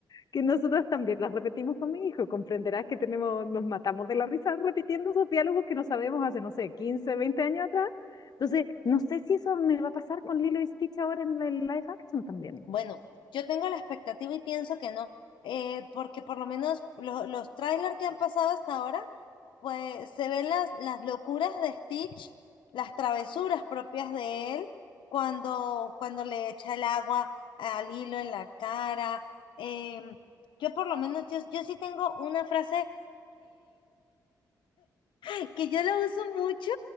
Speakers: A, on the left; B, on the left.
A: que nosotras también las repetimos con mi hijo. Comprenderás que tenemos, nos matamos de la risa repitiendo esos diálogos que no sabemos hace, no sé, 15 20 años atrás. Entonces, no sé si eso me va a pasar con Lilo y Stitch ahora en el live action también.
B: Bueno, yo tengo la expectativa y pienso que no, eh, porque por lo menos lo- los trailers que han pasado hasta ahora, pues se ven las, las locuras de Stitch, las travesuras propias de él, cuando, cuando le echa el agua al hilo en la cara. em, yo por lo menos, yo, yo sí tengo una frase <laughs> que yo la uso mucho